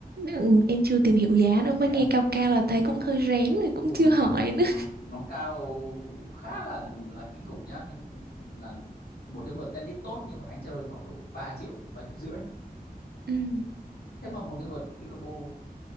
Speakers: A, on the right; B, on the left.
A: Ừ, em chưa tìm hiểu giá nữa mới
B: thế yeah.
A: nghe cao cao là thấy cũng hơi rén rồi cũng
B: ui
A: chưa
B: nó
A: hỏi nữa
B: nó nó cao khá là là kinh khủng nhá ví dụ như là một cái vợt tennis tốt như bọn anh chơi khoảng độ ba triệu ba triệu rưỡi
A: ừ.
B: thế mà một cái vợt Peekaboo